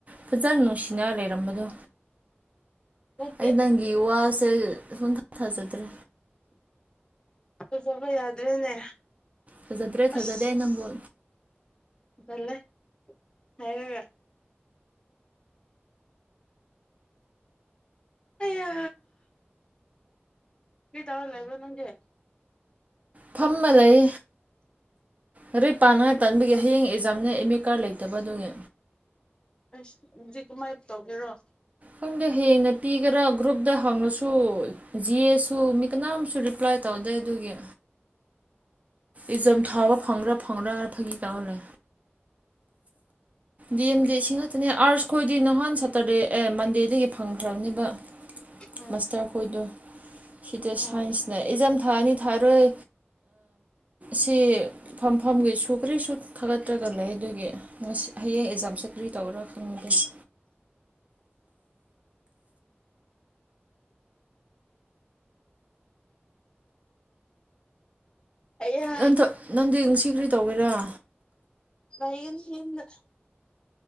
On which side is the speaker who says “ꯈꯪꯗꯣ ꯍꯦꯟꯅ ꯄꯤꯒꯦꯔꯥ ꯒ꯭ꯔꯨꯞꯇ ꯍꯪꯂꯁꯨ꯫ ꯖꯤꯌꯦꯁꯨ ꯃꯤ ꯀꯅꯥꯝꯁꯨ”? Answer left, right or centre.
Right